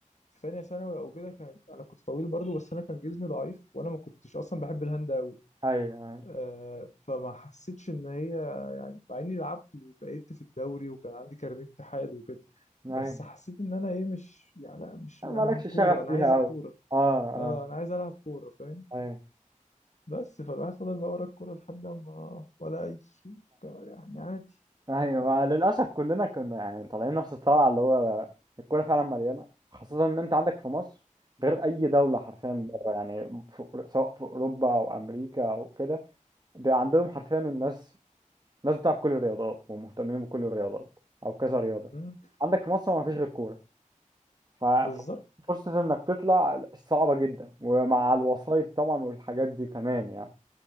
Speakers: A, on the left; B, on the right.
A: في ثانيه ثانوي او كده كان انا كنت طويل برضو بس انا كان جسمي ضعيف وانا ما كنتش اصلا بحب الهاند قوي
B: ايوه ايوه
A: آه فما حسيتش ان هي مع اني لعبت وتأيدت في الدوري وكان عندي كارنيه اتحاد وكده
B: أيوة.
A: بس حسيت ان انا ايه مش يعني لا مش
B: مالكش
A: انا كوره
B: شغف
A: انا
B: فيها
A: عايز الكوره
B: قوي اه اه
A: اه انا عايز العب كوره فاهم
B: ايوه
A: بس فالواحد فضل بقى ورا الكوره لحد ما ولا اي شيء كان يعني عادي
B: ايوه آه، للاسف كلنا كنا يعني طالعين نفس الطلعه اللي هو الكوره فعلا مليانه خاصه ان انت عندك في مصر غير اي دوله حرفيا بره يعني في سواء في اوروبا او امريكا او كده بيبقى عندهم حرفيا الناس الناس بتلعب كل الرياضات ومهتمين بكل الرياضات او كذا رياضه
A: مم.
B: عندك في مصر ما فيش غير كوره ففرصه
A: بالظبط
B: انك تطلع صعبه جدا ومع الوسائط طبعا والحاجات دي كمان يعني